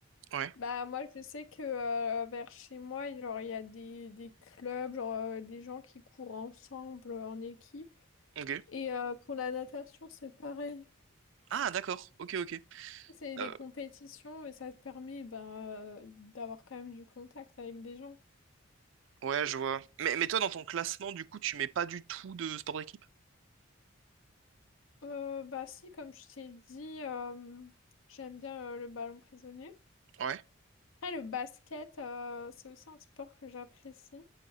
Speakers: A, on the right; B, on the left.
A: ouais,
B: Bah, moi, je sais que euh, vers chez moi, il genre, il y a des, des clubs, genre, euh, des gens qui courent ensemble euh, en équipe.
A: ok.
B: Et euh, pour la natation, c'est pareil.
A: Ah d'accord, ok, ok.
B: C'est des
A: Euh,
B: compétitions et ça te permet bah, euh, d'avoir quand même du contact avec des gens.
A: ouais, je vois. Mais, mais toi, dans ton classement, du coup, tu mets pas du tout de sport d'équipe?
B: Euh, bah si, comme je t'ai dit, euh, j'aime bien euh, le ballon prisonnier.
A: Ouais.
B: Après, le basket, euh, c'est aussi un sport que j'apprécie.